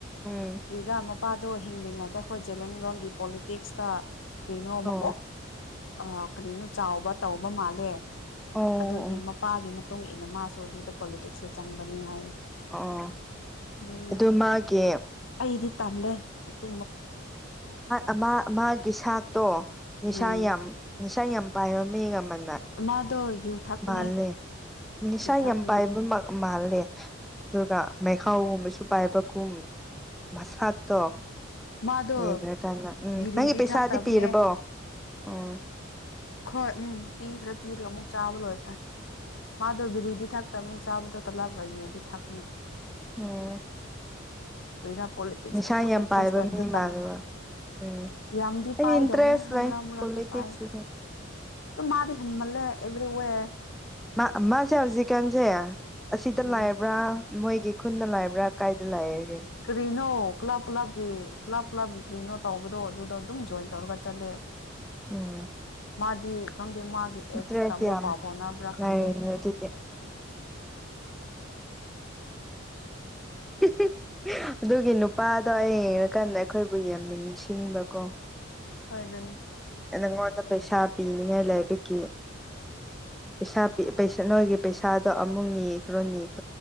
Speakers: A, in the centre; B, on the left.
A: ꯎꯝ
B: ꯄꯔꯤꯔꯥ ꯃꯄꯥꯗꯣ ꯍꯤꯡꯂꯤꯉꯩꯗ ꯑꯩꯈꯣꯏ ꯖꯦꯂꯔꯣꯡꯒꯤ ꯄꯣꯂꯤꯇꯤꯛꯁꯇ ꯀꯩꯅꯣ ꯑꯃꯨꯛꯀꯣ
A: ꯑꯣ
B: ꯑ ꯀꯔꯤꯅꯣ ꯆꯥꯎꯕ ꯇꯧꯕ ꯃꯥꯜꯂꯦ
A: ꯑꯣ
B: ꯑꯗꯨꯒꯤ
A: ꯑꯣ
B: ꯃꯄꯥꯒꯤ ꯃꯇꯨꯡ ꯏꯟꯅ ꯃꯥꯁꯨ ꯑꯗꯨꯗ ꯄꯣꯂꯤꯇꯤꯛꯁꯇ ꯆꯪꯕꯅꯤ ꯍꯥꯏ
A: ꯑꯣ
B: ꯑꯗꯨꯅꯤꯗ
A: ꯑꯗꯨ ꯃꯥꯒꯤ
B: ꯑꯩꯗꯤ ꯇꯜꯂꯦ ꯑꯗꯨ
A: ꯃꯍꯥꯛ ꯃꯥꯒꯤ ꯁꯇꯣ ꯅꯤꯁꯥ
B: ꯎꯝ
A: ꯌꯥꯝ ꯅꯤꯁꯥ ꯌꯥꯝ ꯄꯥꯏꯕ ꯃꯤꯒ ꯑꯃꯅ
B: ꯃꯥꯗꯣ ꯌꯨ ꯊꯛꯄꯅꯦ
A: ꯃꯥꯚꯜꯅꯦ ꯅꯤꯁꯥ
B: ꯌꯨ ꯊꯛꯄꯅꯦ
A: ꯌꯥꯝ ꯄꯥꯏꯕ ꯃꯥꯜꯂꯦ ꯑꯗꯨꯒ ꯃꯩꯈꯥꯎꯒꯨꯝꯕꯁꯨ ꯄꯥꯏꯕꯒꯨꯝ ꯃꯁꯗꯠꯇꯣ
B: ꯃꯥꯗꯣ
A: ꯂꯩꯈ꯭ꯔꯀꯥꯟꯗ ꯎꯝ
B: ꯕꯤꯔꯤꯗꯤ
A: ꯅꯪꯒꯤ ꯄꯩꯁꯥꯗꯤ
B: ꯊꯛꯇꯕꯅꯦ
A: ꯄꯤꯔꯕꯣ ꯎꯝ
B: ꯍꯣꯏ ꯎꯝ ꯄꯤꯈ꯭ꯔꯥ ꯄꯤꯈ꯭ꯔꯥ ꯑꯃꯨꯛ ꯆꯥꯕ ꯂꯣꯏꯈ꯭ꯔꯥ ꯃꯥꯗꯣ ꯕꯤꯔꯤꯗꯤ ꯊꯥꯛꯇꯕꯅꯤ ꯆꯥꯕꯗꯣ ꯇꯂꯥꯞꯒ ꯑꯌꯨꯗꯤ ꯊꯥꯛꯄꯅꯤ
A: ꯎꯝ
B: ꯣꯏꯅꯥ ꯄꯣꯂꯤꯇꯤꯛꯁꯇ
A: ꯅꯤꯁꯥ
B: ꯌꯥꯝ ꯏꯟꯇꯔꯦꯁꯇ
A: ꯄꯥꯏꯕ
B: ꯍꯥꯏꯕꯗ
A: ꯃꯤ
B: ꯇꯝꯗꯦ
A: ꯃꯥꯜꯂꯦꯕ ꯎꯝ
B: ꯌꯥꯝꯗꯤ
A: ꯑꯩ
B: ꯄꯥꯏꯗꯕꯅꯦ
A: ꯏꯟꯇꯔꯦꯁ
B: ꯍꯔꯥ
A: ꯂꯩ
B: ꯃꯨꯔꯥꯛꯇ
A: ꯄꯣꯂꯤꯇꯤꯛꯁ
B: ꯄꯥꯏ ꯃꯥꯔꯤ ꯍꯟꯃꯜꯂ ꯏꯕꯔ ꯑꯣꯏ
A: ꯃꯥ ꯃꯥꯁꯦ ꯍꯧꯖꯤꯛꯀꯥꯟꯁꯦ ꯑꯁꯤꯗ
B: ꯎꯝ
A: ꯂꯥꯛꯕ꯭ꯔꯥ ꯃꯣꯏꯒꯤ ꯈꯨꯟꯗ ꯂꯥꯏꯕ꯭ꯔꯥ ꯀꯥꯏꯗ ꯂꯥꯛꯑ
B: ꯀ꯭ꯔꯤꯅꯣ ꯀ꯭ꯂꯕ ꯀ꯭ꯂꯕꯀꯤ ꯀ꯭ꯂꯞ ꯀ꯭ꯂꯕꯀꯤ ꯀ꯭ꯔꯤꯅꯣ ꯇꯧꯕꯗꯣ ꯑꯗꯨꯗ ꯑꯗꯨꯝ ꯖꯣꯏ ꯇꯧꯔꯒ ꯆꯂꯦ
A: ꯎꯝ
B: ꯃꯥꯗꯤ ꯈꯪꯗꯦ ꯃꯥꯒꯤ
A: ꯏꯟꯇꯔꯦꯁ
B: ꯑꯦꯛꯁꯀ ꯑꯃꯨꯛ
A: ꯌꯥꯝ
B: ꯄꯥꯎ ꯐꯥꯎꯅꯕ꯭ꯔꯥ ꯈꯪꯗꯦ
A: ꯂꯩ ꯑꯗꯨꯗꯤ <unintelligible> ꯑꯗꯨꯒꯤ ꯅꯨꯄꯥꯗꯣ ꯑꯩ ꯌꯦꯡꯉꯀꯥꯟꯗ ꯑꯩꯈꯣꯏꯕꯨ ꯌꯥꯝ ꯅꯤꯡꯁꯤꯡꯕꯀꯣ
B: ꯐꯗꯅꯤ
A: ꯉꯣꯗ ꯄꯦꯁꯥ ꯄꯤꯅꯤꯉ ꯂꯕꯀꯤ ꯄꯁꯥꯤ ꯩꯁ ꯅꯣꯏꯒꯤ ꯄꯩꯁꯥꯗꯣ ꯑꯃꯨꯛ ꯅꯅꯤꯈ꯭ꯔꯣꯅꯤ